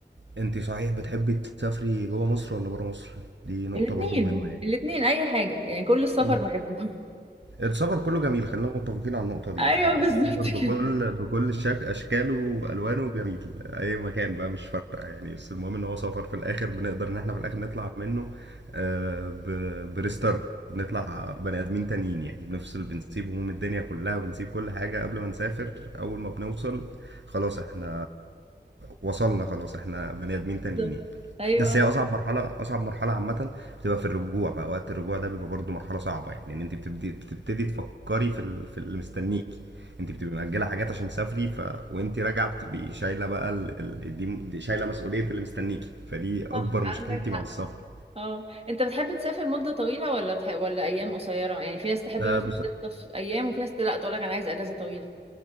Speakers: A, on the right; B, on the right.
A: انت صحيح بتحبي تسافري جوه مصر ولا بره مصر دي نقطه
B: الاثنين
A: برضو مهمه يعني
B: الاثنين اي حاجه يعني كل السفر
A: مم.
B: بحبه <laughs>
A: السفر كله جميل خلينا متفقين على النقطة دي
B: ايوه
A: يعني هو
B: بالظبط
A: السفر بكل
B: كده
A: بكل شك أشكاله وألوانه جميل أي مكان بقى مش فارقة يعني بس المهم إن هو سفر في الآخر بنقدر إن إحنا في الآخر نطلع منه آه، ب- بريستارت بنطلع بني آدمين تانيين يعني بنفصل بنسيب هموم الدنيا كلها وبنسيب كل حاجة قبل ما نسافر أول ما بنوصل خلاص إحنا وصلنا خلاص إحنا بني آدمين تانيين
B: بالظبط ايوه
A: بس هي اصعب مرحله اصعب مرحله عامه بتبقى في الرجوع بقى وقت الرجوع ده بيبقى برضه مرحله صعبه يعني ان انت بتبدي بتبتدي تفكري في ال- في اللي مستنيكي انت بتبقي مأجله حاجات عشان تسافري ف... وانت راجعه بتبقي شايله بقى ال... ال... دي دي شايله مسؤوليه اللي مستنيكي فدي اكبر
B: صح عندك
A: مشكلتي
B: حق
A: مع السفر
B: اه انت بتحب تسافر مده طويله ولا بتح... ولا ايام قصيره يعني في ناس تحب
A: أه
B: مثلا
A: بس
B: تخطف ايام وفي ناس لا تقول لك انا عايز اجازه طويله